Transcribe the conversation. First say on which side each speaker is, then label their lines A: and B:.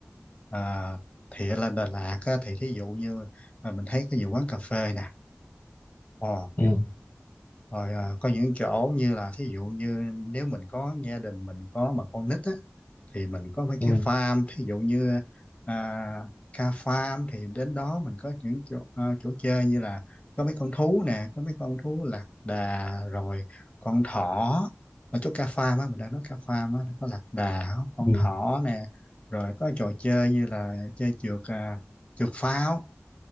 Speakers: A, on the left (about 25°); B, on the left (about 45°).
A: à, thì ở lên Đà Lạt á, thì thí dụ như là mình thấy có nhiều quán cà phê nè Ồ,
B: Ừ.
A: rồi à, có những chỗ như là thí dụ như nếu mình có gia đình mình có mà con nít á thì mình có mấy
B: Ừ.
A: cái farm thí dụ như à, ca farm thì đến đó mình có những chỗ à, chỗ chơi như là có mấy con thú nè có mấy con thú lạc đà rồi con thỏ ở chỗ ca farm á mình đang nói ca farm á nó có lạc đà con
B: Ừ.
A: thỏ nè rồi có trò chơi như là chơi trượt à, trượt pháo